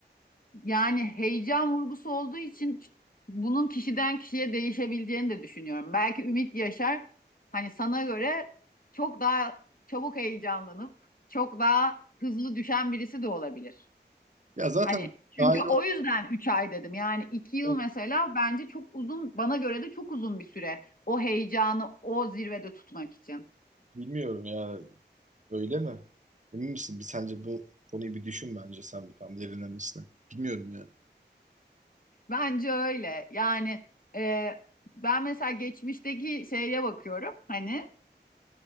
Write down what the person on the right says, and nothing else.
Ya zaten
dair
olmuyor.
Bilmiyorum ya öyle mi? Emin misin? Bir sence bu konuyu bir düşün bence sen bir tam derinlemesine. Bilmiyorum ya.